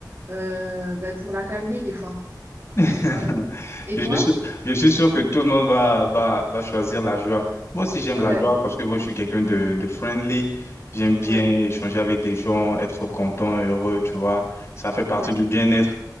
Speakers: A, on the right (about 35°); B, on the left (about 40°).
A: euh, ben, pour la calmer des fois.
B: <laughs>
A: Voilà. Et
B: Je
A: toi?
B: suis sûr, je suis sûr que tout le monde va, va, va choisir la joie. Moi aussi, j'aime
A: Ouais,
B: la joie parce que bon, je suis quelqu'un de, de friendly. J'aime bien
A: ouais,
B: échanger avec des gens, être content, heureux, tu vois. Ça fait partie
A: ouais.
B: du bien-être.